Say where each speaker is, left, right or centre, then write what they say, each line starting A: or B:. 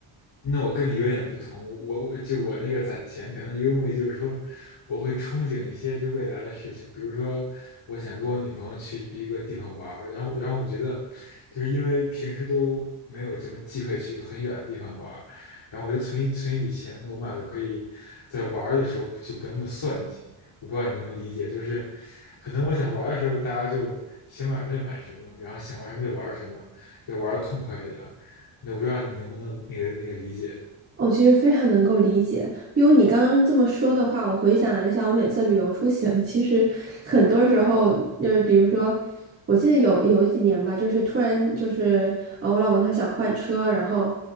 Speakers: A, on the left; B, on the right.
A: 那我跟你有点不同，我我就我那个攒钱，可能一个目的就是说，我会憧憬一些就未来的事情，比如说我想跟我女朋友去一个地方玩儿，然后然后我觉得，就是因为平时都没有什么机会去很远的地方玩儿，然后我就存一存一笔钱，那我们俩就可以在玩儿的时候不就不那么算计。我不知道你能不能理解，就是可能我想玩儿的时候，大家就想买什么就买什么，然后想玩什么就玩什么，就玩的痛快一点。那我不知道你能不能那个那个理解。
B: 我其实非常能够理解，因为你刚刚这么说的话，我回想了一下，我每次旅游出行，<laughs> 其实很多时候就是比如说，我记得有有几年吧，就是突然就是呃，我老公他想换车，然后